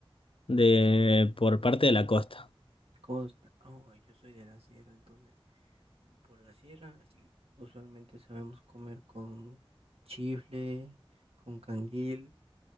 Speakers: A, on the left; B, on the right.
A: De... Por parte de la costa.
B: Costa. Oh, yo soy de la sierra, entonces. Por la sierra, usualmente sabemos comer con chifle, con canguil,